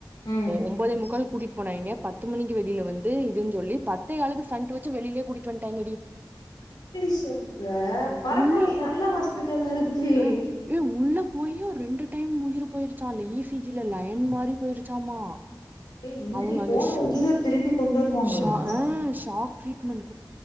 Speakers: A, on the left; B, on the right.
A: ம்
B: ஒம்போதே முக்கால் கூட்டிட்டு போனாய்ங்க ப த்து மணிக்கு வெளில வந்து இதுன்னு சொல்லி பத்தேகாலுக்கு ஸ்டண்ட வச்சு வெளியிலே கூட்டிட்டு வந்ட்டாய்ங்கடி
A: என்னடி சொல்லுத பரவாலி
B: உள்ள போ
A: நல்ல ஹாஸ்பிட்டல்லா இருக்கே
B: அ ஏ உள்ள போயு ரெண்டு டைம் உயிர் போயிருச்சாலே அந்த ஈ சி ஜி ல லயன் மாறி போயிருச்சாமா
A: ஏ என்னடி
B: அவங்க அந்த
A: போன
B: ஷா
A: உயிர் இது திருப்பி கொண்டு வருவாங்களா
B: ஷா ஆ ஷாக் ட்ரீட்மெண்ட்